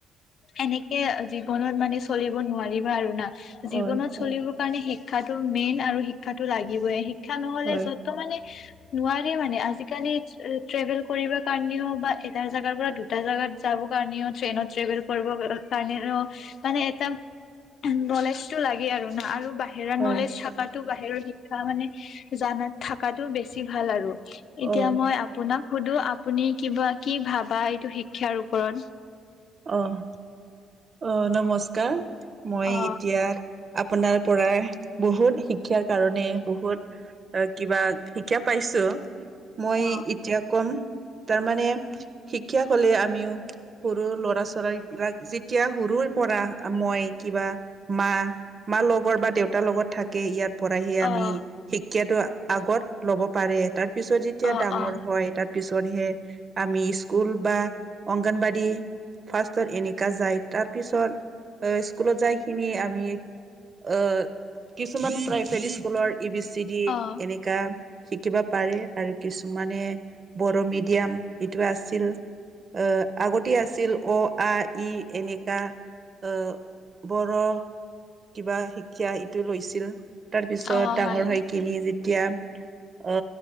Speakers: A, on the left; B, on the right.
A: এনেকে জীৱনত মানে চলিব নোৱাৰিবা আৰু না।
B: হয়,
A: জীৱনত
B: হয়,
A: চলিব কাৰণে শিক্ষাতো মেইন আৰু শিক্ষাটো লাগিবই। শিক শিক্ষা নহ'লে
B: হয়,
A: যত মানে নোৱাৰে মানে আজিকালি ট্ৰেভেল কৰিব কাৰণেও বা এটা জেগাৰ পৰা দুটা জেগাত যাব কাৰনেও ট্ৰেনত ট্ৰেভেল কৰিব <unintelligible> কাৰণে অ, মানে এটা নলেজ টো লাগে আৰু ন আৰু বা বাহিৰৰ
B: হয়,
A: নলেজ থাকাতো বাহিৰৰ শিক্ষা মানে জানাত থাকাটো বেছি ভাল আৰু। এতিয়া
B: অ',
A: মই আপোনাক সুধো আপুনি কিবা কি ভাবা এইটো শিক্ষাৰ ওপৰত?
B: অ', - অ', নমস্কাৰ, মই
A: অ
B: এতিয়া আপোনাৰ পৰাই বহুত শিক্ষাৰ কাৰণে বহুত কিবা শিকা পাইছো। মই
A: অ
B: ইতিয়া কম, তাৰ মানে শিক্ষা ক'লে আমিও সৰু লৰ চৰাইবিলাক যিতিয়া সৰুৰ পৰা মই কিবা মা-মা লগৰ বাত দেউতাৰ লগত থাকে, ইয়াত পৰাহি আমি
A: অ
B: শিক্ষাটো আগত লব পাৰে তাৰ পিছত যেতিয়া
A: অ',
B: ডাঙৰ
A: অ',
B: হয় তাৰ পিছ কৰিহে আমি স্কুল বা অংগনবাদী ফাৰ্ষ্টত এনেকা যায়। তাৰপিছত স্কুলত যাইকিনি আমি অ, কিছুমান প্ৰাইভেট স্কুলৰ ই বি চি ডি
A: অ',
B: এনেকা। শিকিব পাৰে আৰু কিছুমানে বড়ো মিডিয়াম, ইটো আছিল। অ, আগতে আছিল অ, আ ই এনেকা অ, বড় কিবা শিক্ষা ইটো লৈছিল। তাৰ পিছত
A: অ',
B: ডাঙৰ
A: হয়,
B: হৈ কিনি যেতিয়া অ,